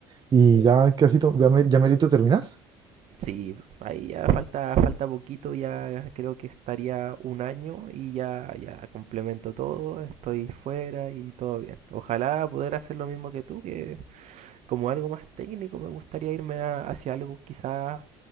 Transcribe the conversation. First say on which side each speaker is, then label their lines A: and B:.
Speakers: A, on the right; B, on the right.
A: ¿Y ya casi, to- ya, me, ya merito terminas?
B: Sí, ahí ya falta, falta poquito, ya creo que estaría un año y ya, ya complemento todo, estoy fuera y todo bien. Ojalá poder hacer lo mismo que tú, que como algo más técnico me gustaría irme a- hacia algo quizás